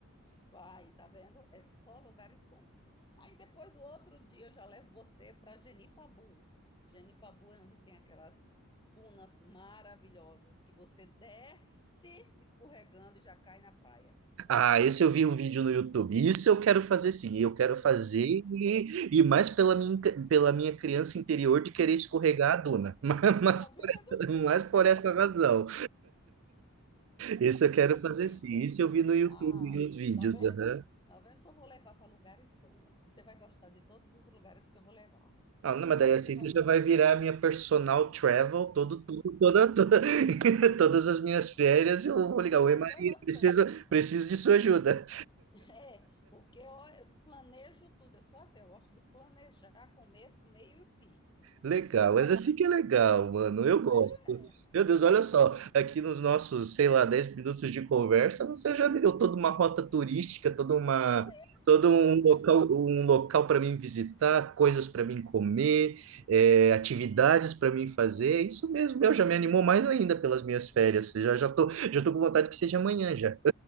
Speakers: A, on the left; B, on the right.
A: Vai, tá vendo? É só lugares bons. Aí depois do outro dia eu já levo você para Genipabu. Genipabu é onde tem aquelas dunas maravilhosas que você desce escorregando e já cai na praia.
B: Ah, esse eu vi um vídeo no YouTube. Isso eu quero fazer sim. Eu quero fazer e, e mais pela minha, pela minha criança interior de querer escorregar a duna. <laughs> Mas,
A: Tá vendo?
B: mas, mas por
A: Tá
B: essa
A: vendo?
B: razão. Isso eu quero
A: É perfeita.
B: fazer sim. Isso eu vi no YouTube,
A: Ah,
B: os vídeos.
A: tá vendo?
B: aham.
A: Tá vendo? Só vou levar para lugares bons. Você vai gostar de todos os lugares que eu vou levar.
B: Ah, não,
A: Porque
B: mas daí
A: você
B: assim
A: vai
B: tu já vai virar a minha personal travel todo, tudo, toda, toda- <laughs> todas as minhas férias. Eu vou ligar, oi
A: todas
B: Maria,
A: as
B: preciso,
A: férias
B: preciso de sua ajuda.
A: <laughs> É, porque ó, eu planejo tudo. Eu sou assim, eu gosto de planejar começo, meio e fim.
B: Legal,
A: Porque senão,
B: mas assim
A: né?
B: que
A: <laughs>
B: é legal, mano. Eu
A: Não
B: gosto.
A: é.
B: Meu Deus, olha só, aqui nos nossos, sei lá, 10 minutos de conversa, você já me deu toda uma rota turística, toda uma,
A: Olha,
B: todo um
A: tá vendo?
B: local, um local para mim visitar, coisas para mim comer, eh, atividades para mim fazer. É Isso mesmo, meu, já me animou mais ainda pelas minhas férias. Já já tô, já tô com vontade que seja amanhã já.